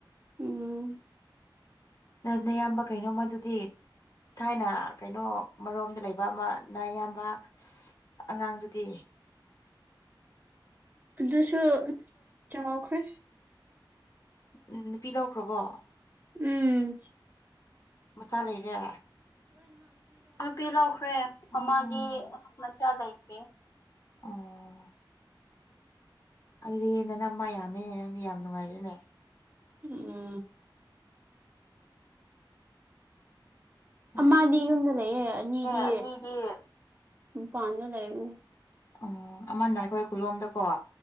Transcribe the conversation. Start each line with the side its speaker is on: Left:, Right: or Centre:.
Right: ꯎꯝ
Left: ꯅꯪ ꯅꯌꯥꯝꯕ ꯀꯩꯅꯣꯃꯥꯗꯨꯗꯤ ꯊꯥꯏꯅ ꯀꯩꯅꯣ ꯃꯔꯣꯝꯗ ꯂꯩꯕ ꯑꯃ ꯅꯥꯌꯥꯝꯕ ꯑꯉꯥꯡꯗꯨ ꯗꯤ
Right: ꯑꯗꯨꯁꯨ ꯆꯥꯎꯈ꯭ꯔꯦ
Left: ꯎꯝ ꯅꯨꯄꯤ ꯂꯧꯈ꯭ꯔꯕꯣ
Right: ꯎꯝ
Left: ꯃꯆꯥ ꯂꯩꯔꯦ ꯅꯨꯄꯤ ꯂꯧꯈ꯭ꯔꯦ ꯃꯃꯥꯗꯤ ꯃꯆꯥ ꯂꯩꯇ꯭ꯔꯤ ꯑꯣ ꯑꯗꯨꯗꯤ ꯅꯅꯝꯃꯥ ꯌꯥꯝꯃꯦꯅꯦ ꯅꯪꯗꯤ ꯌꯥꯝ ꯅꯨꯡꯉꯥꯏꯔꯦꯅꯦ
Right: <unintelligible>
Left: ꯑꯁ
Right: ꯑꯃꯗꯤ ꯌꯨꯝꯗ ꯂꯩꯌꯦ ꯑꯅꯤꯗꯤ
Left: ꯑꯦ ꯑꯅꯤꯗꯤ
Right: ꯃꯥꯄꯥꯟꯗ ꯂꯩꯕꯅꯤ꯫
Left: ꯑꯣ ꯑꯃꯅ ꯑꯩꯈꯣꯏ ꯈꯨꯟꯂꯣꯝꯗꯀꯣ꯫